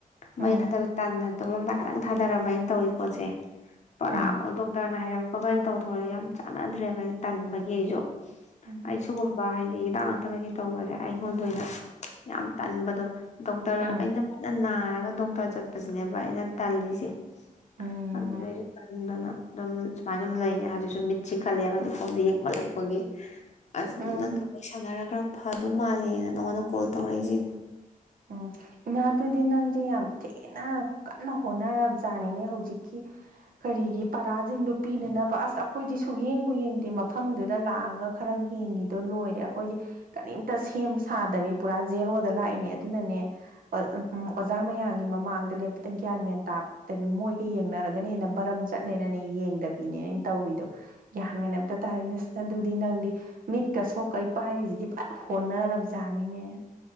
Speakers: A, on the right; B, on the left.
A: ꯎꯝ
B: ꯃꯩ ꯊꯥꯗꯕ ꯇꯟꯗꯅ ꯊꯨꯝꯃꯝꯗꯥꯏ ꯈꯤꯇꯪ ꯊꯥꯗꯔꯕ ꯑꯩꯅ ꯇꯧꯋꯤ ꯄꯣꯠꯁꯦ ꯄꯔꯥ
A: ꯎꯝ
B: ꯅ ꯍꯥꯏꯔꯛꯄꯒꯩ ꯇꯧꯊꯣꯔꯛꯑꯦ ꯌꯥꯝ ꯆꯥꯟꯅꯗ꯭ꯔꯦꯕ ꯑꯩꯅ ꯇꯟꯕꯒꯤ ꯑꯩꯁꯨ
A: ꯎꯝ
B: ꯑꯩ ꯁꯤꯒꯨꯝꯕ ꯍꯥꯏꯗꯤ ꯍꯤꯗꯥꯛ ꯊꯛꯑꯒꯦ ꯇꯩꯕꯁꯦ ꯑꯩꯉꯣꯟꯗ ꯑꯣꯏꯅ ꯌꯥꯝ ꯇꯟꯕꯗꯣ ꯗꯣꯛꯇꯔ
A: ꯎꯝ
B: ꯑꯩꯅ ꯐꯅ ꯅꯥꯔꯒ ꯗꯣꯛꯇꯔ ꯆꯠꯄꯁꯤꯅꯦꯕ ꯑꯩꯅ ꯇꯜꯂꯤꯁꯦ
A: ꯎꯝ
B: ꯑꯗꯨꯗꯩ ꯑꯩ ꯇꯟꯗꯅ ꯎꯝ ꯁꯨꯃꯥꯏꯅ ꯁꯨꯝ ꯂꯩꯔꯦ ꯍꯧꯖꯤꯛꯁꯨ ꯃꯤꯠꯁꯤ ꯆꯤꯈꯠꯂꯦꯕ ꯑꯗꯤ ꯐꯣꯟꯗ ꯌꯦꯡꯃꯜꯂꯛꯄꯒꯤ ꯑꯁ
A: ꯎꯝ
B: ꯅꯪꯒ ꯋꯥꯔꯤ ꯁꯥꯟꯅꯔꯒ ꯈꯔ ꯐꯗꯧ ꯃꯥꯜꯂꯦꯅ ꯅꯪꯉꯣꯟꯗ ꯀꯣꯜ ꯇꯧꯔꯛꯏꯁꯤ
A: ꯎꯝ ꯏꯃꯥꯗꯨꯗꯤ ꯅꯪꯁꯦ ꯌꯥꯝ ꯊꯤꯅ ꯀꯟꯅ ꯍꯣꯠꯅꯔꯕꯖꯥꯠꯅꯤꯅꯦ ꯍꯧꯖꯤꯛꯀꯤ ꯀꯔꯤꯒꯤ ꯄꯔꯥꯁꯤꯡꯗꯣ ꯄꯤꯅꯅꯕ ꯑꯁ ꯑꯩꯈꯣꯏꯗꯤ ꯁꯨꯛꯌꯦꯡꯕꯨ ꯌꯦꯡꯗꯦ ꯃꯐꯝꯗꯨꯗ ꯂꯥꯛꯑꯒ ꯈꯔ ꯌꯦꯡꯉꯤꯗꯣ ꯂꯣꯏꯔꯦ ꯑꯩꯈꯣꯏꯗꯤ ꯀꯔꯤꯝꯇ ꯁꯦꯝ ꯁꯥꯗꯕꯤ ꯄꯨꯔꯥ ꯖꯦꯔꯣꯗ ꯂꯥꯛꯏꯅꯦ ꯑꯗ ꯑꯗꯨꯅꯅꯦ ꯑ ꯑꯝ ꯑꯣꯖꯥ ꯃꯌꯥꯝꯒꯤ ꯃꯃꯥꯡꯗ ꯂꯦꯞꯄꯗ ꯒ꯭ꯌꯥꯟ ꯃꯦꯟ ꯇꯥꯇꯕꯤ ꯃꯣꯏꯒ ꯌꯦꯡꯅꯔꯒꯅ ꯍꯦꯟꯅ ꯕꯔꯝ ꯆꯠꯂꯦꯅꯅꯦ ꯌꯦꯡꯗꯕꯤꯅꯦ ꯑꯩꯅ ꯇꯧꯔꯤꯗꯣ ꯒ꯭ꯌꯥꯟ ꯃꯦꯟ ꯑꯝꯇ ꯇꯥꯗꯦ ꯑꯗꯨꯗꯤ ꯅꯪꯗꯤ ꯃꯤꯠꯀ ꯁꯣꯛꯀꯩ ꯄꯥꯏꯔꯤꯖꯤꯗꯤ ꯐꯠ ꯍꯣꯠꯅꯔꯕꯖꯥꯠꯅꯤꯅꯦ